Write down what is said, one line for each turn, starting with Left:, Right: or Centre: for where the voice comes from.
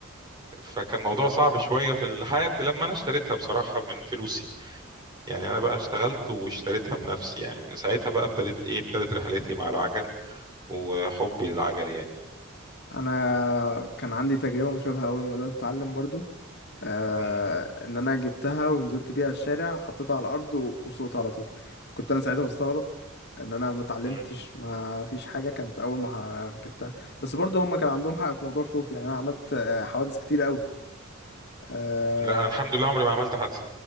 Right: فكان موضوع صعب شوية في الحد لما أنا اشتريتها بصراحة من فلوسي يعني أنا بقى اشتغلت واشتريتها بنفسي يعني من ساعتها بقى ابتدت إيه ابتدت رحلتي مع العجل وحبي للعجل يعني
Left: انا كان عندي تجربه مشابهه اول ما بدات اتعلم برضو آه
Right: مم.
Left: ان انا جبتها ونزلت بيها الشارع حطيتها على الارض و- وسقطت على طول كنت انا ساعتها مستغرب ان انا ما اتعلمتش
Right: مم.
Left: ما فيش حاجه كانت اول ما ركبتها بس برضو هم كان عندهم حق في موضوع الخوف يعني انا عملت آه، حوادث كتير قوي آه
Right: لا أنا الحمد لله عمري ما عملت حادثة